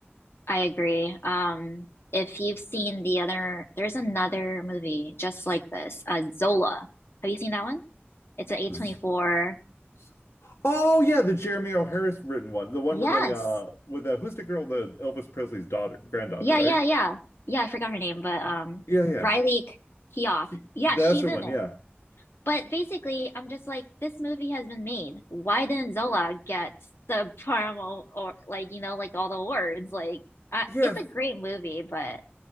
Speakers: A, on the left; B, on the left.
A: I agree. Um, if you've seen the other, there's another movie just like this, uh, Zola. Have you seen that one? It's an A24.
B: Z- z- Oh yeah, the Jeremy O'Harris written one, the one
A: Yes.
B: with the uh, with the who's the girl, the Elvis Presley's daughter, granddaughter,
A: Yeah,
B: right?
A: yeah, yeah. Yeah, I forgot her name, but um
B: Yeah, yeah.
A: Riley K- Keough.
B: Ki-
A: Yeah,
B: That's
A: she's
B: the
A: in
B: one.
A: it.
B: Yeah.
A: But basically, I'm just like, this movie has been made. Why didn't Zola get the promo or like, you know, like all the awards? Like, uh,
B: Yeah.
A: it's a great movie, but